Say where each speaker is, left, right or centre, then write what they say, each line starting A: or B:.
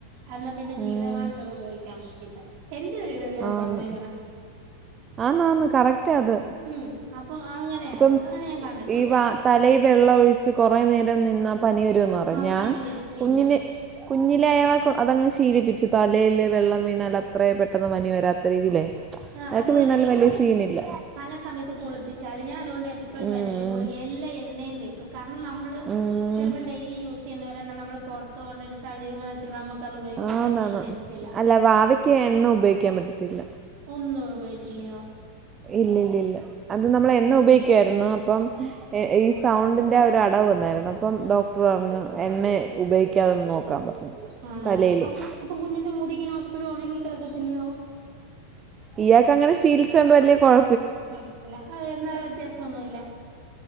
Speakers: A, on the right (about 45°); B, on the right (about 25°).
A: അന്ന പിന്നെ ജീവിതകാലത്ത്
B: ഉം.
A: അത് ഉപയോഗിക്കാൻ പ റ്റില്ല എന്റെ ഒരു ഇത് ഞാൻ
B: ആന്ന്
A: പറഞ്ഞ എങ്ങന
B: ആന്നാന്ന് കറക്റ്റാ അത്
A: ഉം അപ്പൊ അങ്ങനെയായിരുന്നു
B: ഇപ്പം
A: അങ്ങനെ ഞാൻ കണ്ടിട്ടുണ്ട്.
B: ഈ വ തലയിൽ വെള്ളം ഒഴിച്ച് കുറേ നേരം നിന്നാ പനി വരുവെന്ന് പറഞ്ഞു.
A: ആ
B: ഞാൻ
A: പനി വരും പിന്നെ
B: കുഞ്ഞിന് കുഞ്ഞിലെ അയാളെ അതങ്ങ് ശീലിപ്പിച്ചു തലയിൽ വെള്ളം വീണാൽ അത്രെ പെട്ടെന്ന് പനി വരാത്ത രീതില്ലേ
A: ആ
B: അയാൾക്ക്
A: അതുപോലെ
B: വീണാലും
A: ഈ
B: വല്ല്യ
A: പല
B: സീനില്ല
A: പല സമയത്ത് കുളിപ്പിച്ചാല് ഞാൻ അതു കൊണ്ട് എപ്പഴും
B: ഉം
A: വേണേലും കുളിപ്പിക്കു എല്ലാ എണ്ണയും തേ ക്കും. കാരണം നമ്മള്
B: ഉം
A: ചിലപ്പോ ഡെയിലി യൂസ് ചെയ്യുന്ന ഒരെണ്ണം നമ്മള് പൊറത്ത് പോകണ്ടൊരു സാഹചര്യം വന്നാ ചിലപ്പോ നമ്മക്ക് അത് ഉപയോഗിക്കാൻ
B: ആന്നാന്ന്
A: പറ്റി എന്ന് വരത്തില്ല.
B: അല്ല വാവെ ക്ക് എണ്ണ ഉപയോഗിക്കാൻ പറ്റത്തില്ല.
A: ഒന്നും ഉപയോഗിക്കില്ല്യയോ?
B: ഇല്ല്യല്ല ഇല്ല അത് നമ്മൾ എണ്ണ ഉപയോഗിക്കുവായിരുന്നു അപ്പം ഏഹ് ഈ സൗണ്ടിൻ്റെ ആ ഒരു അടവ് വന്നായിരുന്നു അപ്പം ഡോക്ടർ പറഞ്ഞു എണ്ണ ഉപയോഗിക്കാതെ നിന്ന് നോക്കാൻ പറഞ്ഞു
A: ആണോ
B: തലയിലും
A: അപ്പൊ അപ്പൊ കുഞ്ഞിന്റെ മുടി ഇങ്ങനെ എപ്പോഴും ഉണങ്ങി കിടക്കത്തില്ലയോ?
B: ഇയാൾക്ക് അങ്ങനെ ശീലിച്ചോണ്ട് വലിയ കൊഴ
A: കുഴപ്പമില്ല അത് നിറവ്യത്യാസം ഒന്നും ഇല്ല.